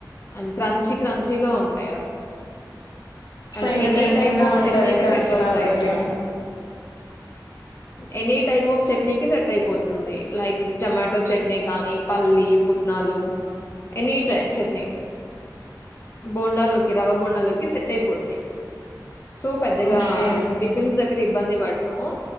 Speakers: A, on the left (about 35°); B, on the left (about 75°).
A: అండ్ క్రంచి క్రంచిగా ఉంటాయి అవి
B: సో
A: అండ్
B: ఇంకా
A: ఎనీ
B: టెప్టింగ్
A: టైప్
B: గా
A: ఆఫ్
B: ఉంటది
A: చట్నీకి
B: క్రంచ్
A: సెట్ అవుతాయన్నమాట.
B: కాబట్టి
A: ఎనీ టైప్ ఆఫ్ చట్నీకిి సెట్ అయిపోతుంది లైక్ టమాటో చట్నీ గానీ పల్లీ పుట్నాలు ఎనీ టై చట్నీ బోండాలోకి రవా బోండాలోకి సెట్ అయిపొద్ది సో పెద్దగా
B: ఓకే
A: టిఫిన్స్ దగ్గర ఇబ్బంది వాడ్ను